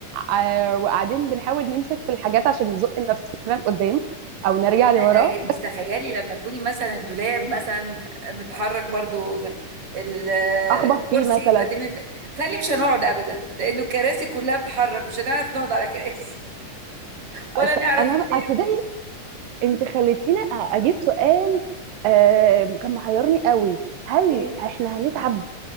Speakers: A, on the right; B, on the right.
A: ع- وقاعدين بنحاول نمسك في الحاجات عشان نزق نفسنا لقدام او نرجع
B: لا
A: لورا
B: ده انت تخيلي لما تكوني مثلا الدولاب مثلا متحرك برضو م- ال-
A: اخبط
B: الكرسي
A: فيه مثلا
B: يبقى بتهيألي مش هنقعد ابدا لانه الكراسي كلها بتتحرك مش هنعرف نقعد على كراسي ولا
A: أس-
B: نعرف
A: انا بقى
B: منين
A: تصدقي انت خليتيني أ- اجيب سؤال آه، كان محيرني قوي هل
B: ايه
A: احنا هنتعب